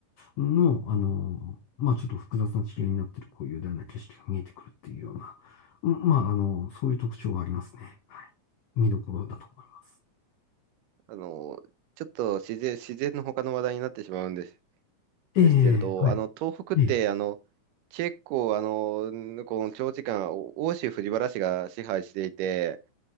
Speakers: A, on the left (about 80°); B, on the right (about 80°).
A: の、あのーまあ、ちょっと複雑な地形になってる、こういう雄大な景色が見えてくるっていうような、うんまあ、あの、そういう特徴はありますね。はい。見どころだと思います。
B: あの、ちょっと自然、自然の他の話題になってしまうんです、ですけれど、
A: ええ、はい。
B: あの、東北って、
A: ええ、
B: あの、結構、あの、この長時間、お欧州藤原氏が支配していて、